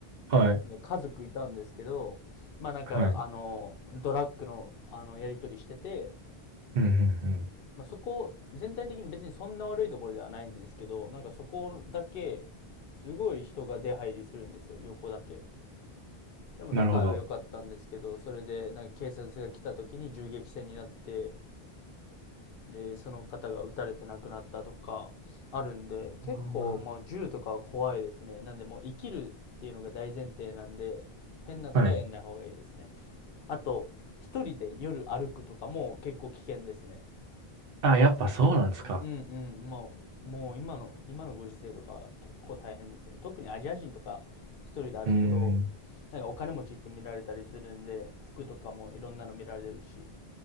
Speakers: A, on the right (about 65°); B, on the left (about 65°).
A: ーはい、
B: なんか家族いたんですけど、まあなんか、
A: はい。うん、
B: あの、ドラッグの、あの、やり取りしてて、
A: うん、うん。
B: まあ、そこ、全体的に別にそんな悪いところではないんですけど、なんかそこだけ、すごい人が出入りするんですよ、横だけ。でも仲は良かったんですけど、
A: なるほど。
B: それでなんか警察が来た時に銃撃戦になって、で、その方が撃たれて亡くなったとかあるんで、結構もう銃とかは怖いですね。
A: あー
B: なんでもう生きるっていうのが大前提なんで、変なことはやんない方がいいですね。
A: はい。
B: あと、一人で夜歩くとかも結構危険ですね。
A: あ、やっぱそうなんですか。
B: うんうん、まあ、もう今の、今のご時世とか結構大変ですね。特にアジア人とか一人で歩くと、
A: うーん
B: なんかお金持ちって見られたりするんで、服とかもいろんなの見られるし、